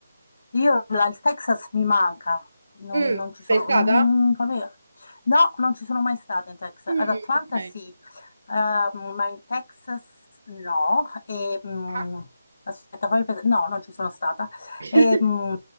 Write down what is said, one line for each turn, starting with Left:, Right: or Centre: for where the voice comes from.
Left: Io la- il Texas mi manca, non,
Right: Mm,
Left: non ci
Right: sei
Left: sono,
Right: stata?
Left: non- proprio- no, non ci sono mai stata in Texas.
Right: Mm,
Left: Ad Atlanta
Right: ok.
Left: sì, ehm, ma in Texas no. E, mm,
Right: Ah.
Left: aspetta, fammi pensare, no, non ci sono stata.
Right: <laughs>
Left: E, mm,